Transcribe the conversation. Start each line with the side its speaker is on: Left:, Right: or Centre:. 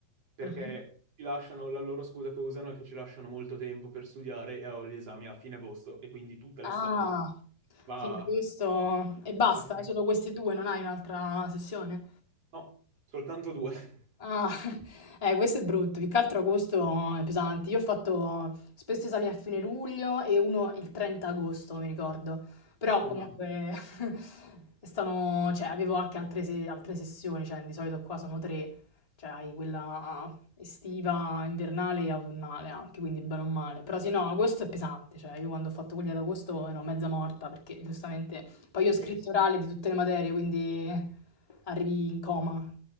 Right: perché
Left: Mhm.
Right: ci lasciano la loro scusa che usano è che ci lasciano molto tempo per studiare e ho gli esami a fine agosto, e quindi tutta
Left: Ah,
Right: l'estate va
Left: fino a questo e basta,
Right: a sprecare.
Left: solo questi due, non hai un'altra sessione?
Right: No, soltanto due. <laughs>
Left: Ah, <laughs> eh, questo è brutto, più che altro agosto è pesante. Io ho fatto spesso esami a fine luglio e uno il 30 agosto, mi ricordo. Però
Right: Oh
Left: comunque
Right: mamma.
Left: <laughs> stanno, cioè, avevo anche altre, se- altre sessioni, cioè di solito qua sono tre, cioè hai quella estiva, invernale e autunnale anche, quindi bene o male. Però sì, no, agosto è pesante, cioè io quando ho fatto quelli ad agosto ero mezza morta perché giustamente poi io ho scritti
Right: Eh, sì.
Left: orali di tutte le materie, quindi arrivi in coma.